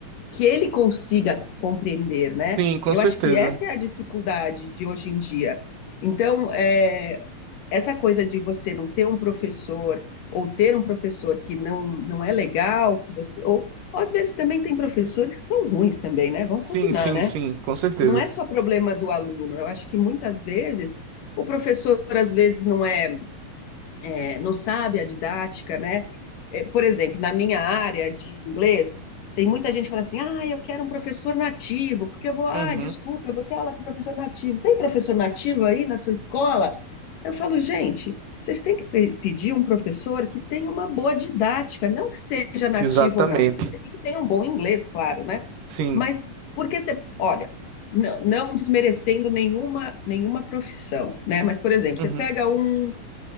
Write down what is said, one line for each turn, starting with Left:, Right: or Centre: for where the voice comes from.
Left: que ele consiga compreender, né?
Right: Sim, com
Left: Eu
Right: certeza.
Left: acho que essa é a dificuldade de hoje em dia. Então, é, essa coisa de você não ter um professor ou ter um professor que não, não é legal, que você ou, ou às vezes também tem professores que são ruins também, né? Vamos
Right: Sim,
Left: combinar,
Right: sim,
Left: né?
Right: sim, com certeza.
Left: Não é só problema do aluno. Eu acho que muitas vezes o professor às vezes não é é, não sabe a didática, né? É, por exemplo, na minha área de inglês, tem muita gente que fala assim: ah, eu quero um professor nativo, porque eu vou, ah,
Right: Uhum.
Left: desculpa, eu vou ter aula com professor nativo. Tem professor nativo aí na sua escola? Eu falo, gente, vocês têm que pe- pedir um professor que tenha uma boa didática, não que seja nativo
Right: Exatamente.
Left: ou não, e que, se- e que tenha um bom inglês, claro, né?
Right: Sim.
Left: Mas porque você, olha, não, não desmerecendo nenhuma, nenhuma profissão, né? Mas, por exemplo,
Right: Uhum.
Left: você pega um